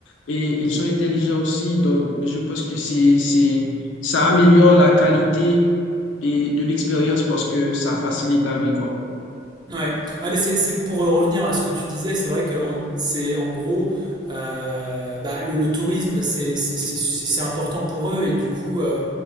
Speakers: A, on the left (about 80°); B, on the right (about 25°).
A: et ils sont intelligents aussi. Donc, je pense que c'est, c'est, ça améliore la qualité et de l'expérience parce que ça facilite la vie, quoi.
B: ouais. Ah, mais c'est, c'est pour euh, revenir à ce que tu disais, c'est vrai que en- c'est en gros, euh, bah, le, le tourisme, c'est c'est- c'est- c'est- c'est important pour eux et du coup, euh,